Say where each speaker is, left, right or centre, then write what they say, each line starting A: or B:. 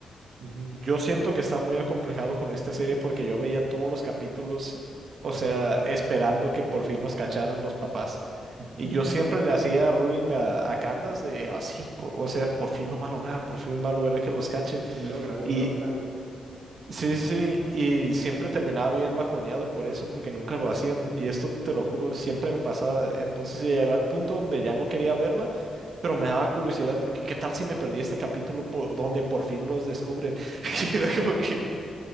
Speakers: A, on the right (about 75°); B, on the right (about 55°).
A: Ujú.
B: Yo siento que está muy acomplejado con esta serie porque yo veía todos los capítulos, o sea, esperando que por fin nos cacharan los papás.
A: <laughs>
B: Y yo siempre le hacía ruling a, a Candace de así, o sea, por fin lo va a lograr, por fin va a lograr que los cachen.
A: Lógralo,
B: Y
A: lógralo.
B: sí, sí, sí, y siempre terminaba bien bajoneado por eso, porque nunca lo hacían. Y esto te lo juro, siempre me pasaba. Entonces llegaba al punto donde ya no quería verla, pero me daba curiosidad porque qué tal si me perdí este capítulo po- donde por fin los descubren. <laughs> Y era
A: <laughs>
B: como que